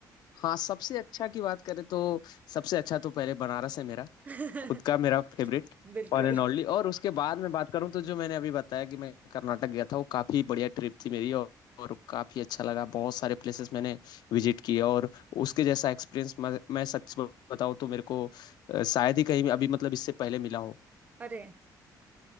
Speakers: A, on the left; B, on the right.
A: हाँ सबसे अच्छा की बात करें तो सबसे अच्छा तो पहले बनारस है मेरा
B: <laughs>
A: खुद का मेरा फेवरेट
B: बिल्कुल
A: वन एंड ओनली और उसके बाद मैं बात करूं तो जो मैंने अभी बताया कि मैं कर्नाटक गया था वो काफ़ी बढ़िया ट्रिप थी मेरी और, और काफ़ी अच्छा लगा बहुत सारे प्लेसेस मैंने विजिट किए और उसके जैसा एक्सपीरियंस मैं, मैं सच बताऊं तो मेरे को अ, शायद ही कहीं अभी मतलब इससे पहले मिला हो
B: अरे